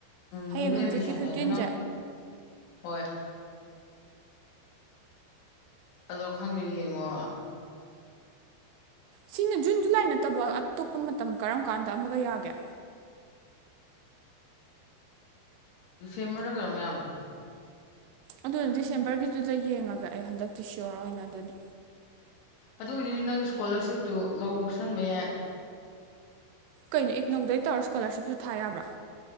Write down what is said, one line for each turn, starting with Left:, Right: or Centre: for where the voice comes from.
Right: ꯍꯌꯦꯡ
Left: ꯅ꯭ꯌꯨꯅꯦ
Right: ꯍꯪꯆꯤꯠꯀꯤ
Left: ꯃꯤꯁꯟꯅꯦ
Right: ꯐꯤꯐꯇꯤꯟꯁꯦ
Left: ꯑꯗ ꯅꯪ ꯍꯣꯏ ꯑꯗꯣ ꯈꯪꯗꯦ ꯌꯦꯡꯉꯣ
Right: ꯁꯤꯅ ꯖꯨꯟ ꯖꯨꯂꯥꯏ ꯅꯠꯇꯕ ꯑꯇꯣꯞꯄ ꯃꯇꯝ ꯀꯔꯝ ꯀꯥꯟꯗ ꯑꯃꯒ ꯌꯥꯒꯦ
Left: ꯗꯤꯁꯦꯝꯕꯔꯗ ꯀꯩꯅꯣ ꯃꯌꯥꯝ
Right: ꯑꯗꯨ ꯗꯤꯁꯦꯝꯕꯔꯒꯤꯗꯨꯗ ꯌꯦꯡꯉꯒ ꯑꯩ ꯍꯟꯗꯛꯇꯤ ꯁꯤꯌꯣꯔ ꯑꯣꯏꯅ ꯑꯗꯨꯗꯤ
Left: ꯑꯗꯨ ꯑꯣꯏꯔꯗꯤ ꯅꯪ ꯏꯁꯀꯣꯂꯥꯔꯁꯤꯞꯇꯨ ꯂ ꯄꯨꯁꯟꯕ ꯌꯥꯏ
Right: ꯀꯩꯅꯣ ꯑꯦꯛ ꯅꯣꯏ ꯇꯧꯔ ꯁꯀꯣꯂꯔꯁꯤꯞꯁꯨ ꯊꯥ ꯌꯥꯕ꯭ꯔꯥ